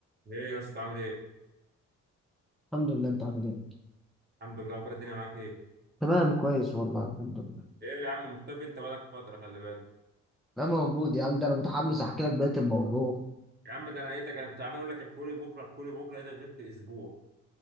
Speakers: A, on the right (about 35°); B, in the centre.
A: ايه يا اسطى عامل ايه؟
B: الحمد لله انت عامل ايه
A: الحمد لله اخبار الدنيا معاك ايه؟
B: تمام كويس والله الحمد لله
A: ايه يا عم مختفي انت بقالك فترة خلي بالك
B: انا موجود يا عم ده انا متحمس احكي لك بقيه الموضوع
A: يا عم ده انا لقيتك انا كنت عمال اقول لك احكوا لي بكره احكوا لي بكره لقيتك غبت اسبوع